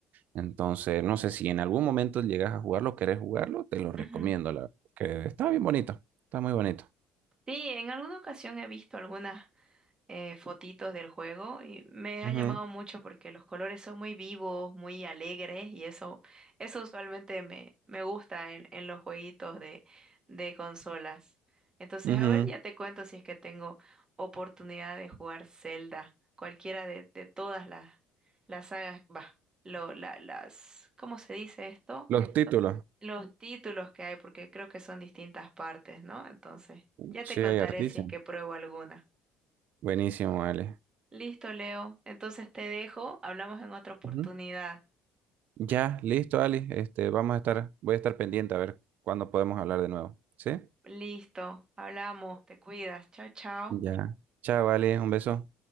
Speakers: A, on the right; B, on the right.
A: Entonces, no sé si en algún momento llegas a jugarlo, querés jugarlo, te lo recomiendo,
B: Ujú.
A: la, que está bien bonito, está muy bonito.
B: Sí, en alguna ocasión he visto algunas eh, fotitos del juego y me
A: Ujú,
B: ha llamado mucho porque los colores son muy vivos, muy alegres y eso, eso usualmente me, me gusta en, en los jueguitos de, de consolas. Entonces,
A: ujú.
B: a ver, ya te cuento si es que tengo oportunidad de jugar Zelda, cualquiera de, de todas las, las sagas, va, lo, la- las, ¿cómo se dice esto?
A: Los títulos,
B: Los títulos que hay, porque creo que son distintas partes, ¿no? Entonces,
A: uh,
B: ya
A: sí,
B: te contaré
A: hay artísimo.
B: si es que pruebo alguna.
A: Buenísimo, Ale.
B: Listo, Leo. Entonces te dejo. Hablamos en otra oportunidad.
A: Ujú. Ya, listo, Ali. Este, vamos a estar, voy a estar pendiente a ver cuándo podemos hablar de nuevo. ¿Sí?
B: Listo. Hablamos. Te cuidas. Chao, chao.
A: Ya. Chao, Ale, un beso.